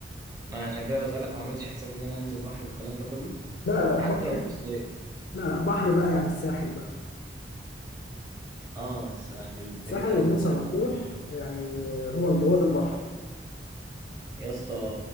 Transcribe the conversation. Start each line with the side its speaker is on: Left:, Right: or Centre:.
Right: انا عشان كده بسالك ما اعملش حسابي ان انا انزل بحر والكلام ده كله
Left: لا لا
Right: حتى
Left: بحر
Right: لو في الصيف
Left: لا لا بحر بقى يعني الساحل بقى
Right: اه الساحل
Left: الساحل
Right: انت جيت على
Left: ومرسى
Right: الساحل.
Left: مطروح يعني آه، هو هو ده البحر
Right: يا اسطى